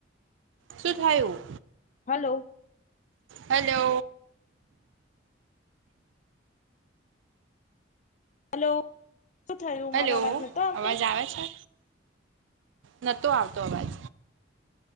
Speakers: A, on the right (about 90°); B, on the left (about 40°).
A: શું થયું?
B: Hello
A: hello?
B: હલો? શું થયું
A: હેલો!
B: મારો અવાજ નતો આવતો
A: અવાજ આવે છે? નતો આવતો અવાજ.